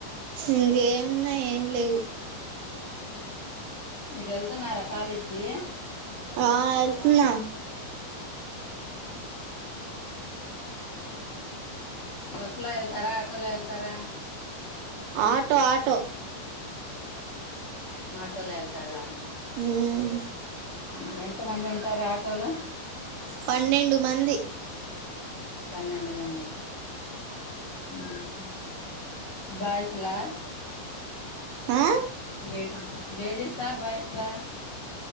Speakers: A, on the right (about 80°); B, on the left (about 40°).
A: ఇంకేమున్నయ్ ఏమి లేవు
B: మీరు ఎళ్తున్నారా కాలేజ్ కీ
A: ఆ ఎళ్తున్న
B: బస్లో ఎళ్తారా ఆటోలో ఎళ్తారా
A: ఆటో ఆటో
B: ఆటోలో ఎళ్తారా
A: మ్మ్.
B: ఊ ఎం తమంది ఉంటారు ఆటోలో
A: పన్నెండు మంది
B: పన్నెండు మంది ఉమ్ బాయస్లా
A: ఆ
B: లేడి లేడీసా బాయస్లా